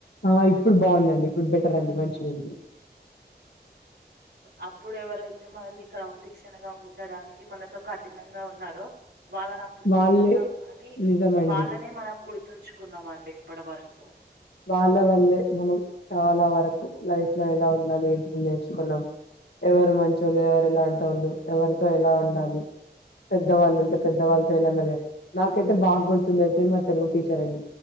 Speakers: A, on the left (about 80°); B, on the right (about 75°).
A: ఆ ఇప్పుడు బాగుందండి ఇప్పుడు బెటర్ అండి మంచిగుంది
B: అప్పుడు ఎవరైతే మనల్ని క్రమశిక్షణగా ఉంచడానికి మనతో కఠినంగా ఉన్నారో వాళ్ళని అప్పుడు
A: వాళ్ళే
B: తిట్టుకున్నాం కానీ
A: నిజమండి
B: వాళ్ళనే మనం గుర్ గుర్తుంచుకున్నామండి ఇప్పటి వరకు
A: వాళ్ళ వల్లే మనం చాలా వరకు లైఫ్ లో ఎలా ఉండాలి ఏంటని నేర్చుకున్నాం ఎవరు మంచోళ్ళు ఎవరు ఇలాంటి వాళ్ళు ఎవరితో ఎలా ఉండాలి పెద్దవాళ్ళు ఉంటే పెద్దవాళ్ళతో ఎలా మలిగల్ నాకైతే బాగా గుర్తుంది అయితె మా తెలుగు టీచర్ అండి